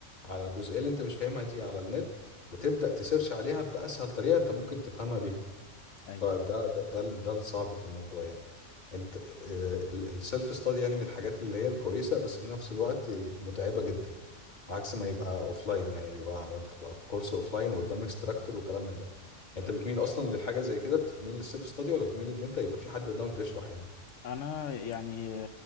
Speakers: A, on the left (about 40°); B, on the left (about 75°).
A: على الجزئيه اللي انت مش فاهمها دي على النت وتبدا تسيرش عليها باسهل طريقه انت ممكن تفهمها بيها
B: ايوه
A: فده ده ده ال- ده الصعب في الموضوع يعني انت السيلف ستادي يعني من الحاجات اللي هي الكويسه بس في نفس الوقت متعبه جدا عكس ما يبقى اوف لاين يعني بيبقى تبقى في كورس اوف لاين وقدام اكستراكتور وكلام من ده انت بتميل اصلا للحاجه زي كده بتميل للسيلف ستادي ولا بتميل ان انت يبقى في حد قدامك بيشرح يعني
B: انا يعني